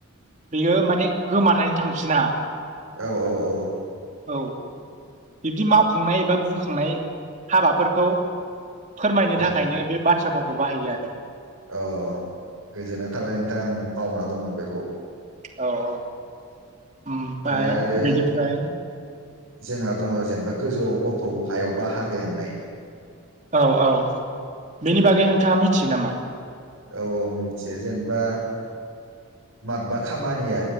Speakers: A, on the right (about 35°); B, on the right (about 80°).
A: बेयो माने गोमानानै थांफिना
B: औ - औ - औ
A: औ बिब्दि मावखांनाय एबा बुंखांनाय हाबाफोरखौ फोरमायनो
B: औ
A: थाखायनो
B: -
A: बे बाथ्रा फावखौ बाहायो आरो
B: अ गोजोननाय थाबाय नोंथां बावना दंमोन बेखौ
A: औ अ ओमपाय
B: ओमफ्राय आरो
A: बेनिफ्राय
B: जोंहा दङ जेनेबा गोजौआव मोफौ हायाव बाहागो होननाय
A: औ - औ बेनि बागै नोंथाङा मिथियो नामा
B: औ - औ मिथियो जेनेबा माबबा खामानिया